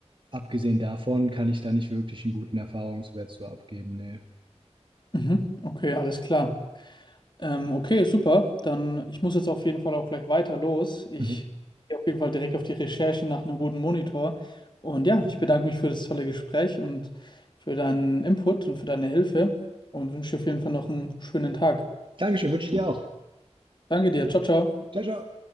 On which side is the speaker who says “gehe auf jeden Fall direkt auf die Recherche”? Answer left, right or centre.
Left